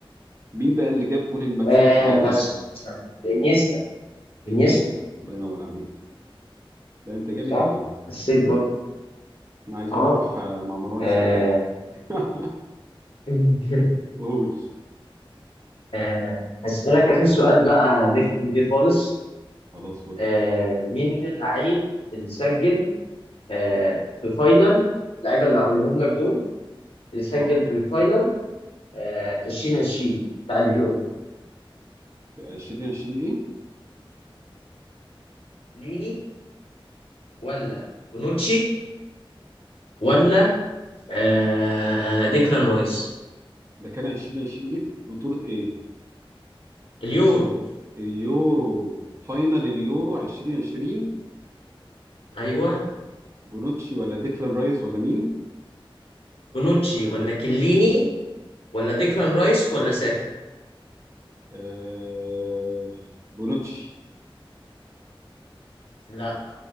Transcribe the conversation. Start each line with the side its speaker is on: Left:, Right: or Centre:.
Right: مين بقى اللي جاب جون المكسب
Left: آه،
Right: ساعتها
Left: بس مش عارف. انيستا انيستا
Right: انيستا الله ينور عليك ده انت جامد
Left: صح
Right: يا معلم
Left: حسيت برضه
Right: احنا عايزين
Left: اه
Right: نروح آه، مع مروان
Left: آه.
Right: سري <laughs>
Left: <laughs>
Right: قول
Left: آه، هسألك آخر سؤال بقى نختم بيه خالص
Right: خلاص فل
Left: آه، مين اللعيب اللي سجل آه، في فاينل اللعيبة اللي هقولهم لك دول اللي سجل
Right: اه
Left: في الفاينل آه، 2020 بتاع اليورو
Right: 2020 ايه
Left: ليني ولا بونوتشي ولا آه ديكلان رايس
Right: ده كان 2020 ايه بطولة ايه
Left: اليورو
Right: اليورو فاينل اليورو 2020
Left: ايوه
Right: بونوتشي ولا ديكلان رايز ولا مين
Left: بونوتشي ولا كليني ولا ديكلان رايس ولا ساكا
Right: آه بونوتشي
Left: لا